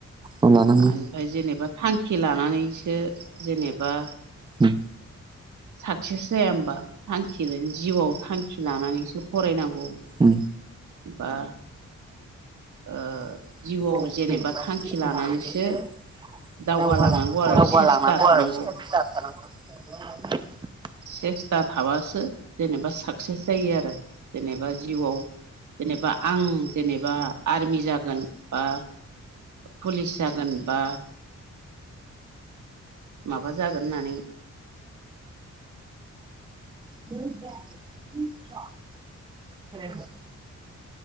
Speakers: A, on the right; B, on the right.
A: उम लानांगौ
B: ओमफ्राय जेनेबा थांखि लानानैसो जेनेबा
A: उम
B: साक्सेस जाया हबा थांखिजों जिउआव थांखि लानानैसो फरायनांगौ
A: उम
B: बा ओ
A: बाथ
B: जिउआव जेनेबा थांखि लानानैसो
A: खानित
B: दावगालांनांगौ आरो सेस्था थानांगौ
A: <inaudible>
B: सेस्था थाबासो जेनेबा साक्सेस जायो आरो जेनेबा जिउआव जेनेबा आं जेनेबा आर्मि जागोन बा पुलिस जागोन बा माबा जागोन होननानै
A: <unintelligible>